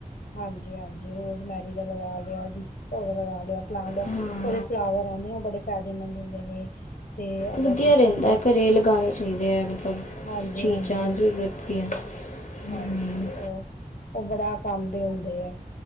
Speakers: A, on the left; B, on the left.
A: ਹਾਂਜੀ -ਹਾਂਜੀ ਰੋਜ਼ਮੈਰੀ ਦਾ ਲਵਾ ਲਿਆ, ਬਿਸ ਦਾ ਲਵਾ ਲਿਆ। ਪਲਾਂਟ
B: ਹਾਂ
A: ਪੂਰੇ ਫਲਾਵਰ ਆਉਂਦੇ ਨੇ, ਉਹ ਬੜੇ ਫਾਇਦੇਮੰਦ ਹੁੰਦੇ ਨੇ। ਤੇ ਅਗਰ
B: ਵਧੀਆ
A: ਤੁਸੀਂ
B: ਰਹਿੰਦਾ ਹੈ, ਘਰੇ ਲਗਾਉਣੇ ਚਾਹੀਦੇ ਹੈ, ਮਤਲਬ
A: ਹਾਂਜੀ
B: ਚੀਜ਼ਾਂ
A: ਹਾਂਜੀ
B: ਜ਼ਰੂਰਤ ਦੀਆਂ। ਹਮ
A: ਹਾਂਜੀ, ਉਹ, ਉਹ ਬੜਾ ਕੰਮ ਦੇ ਹੁੰਦੇ ਹੈ।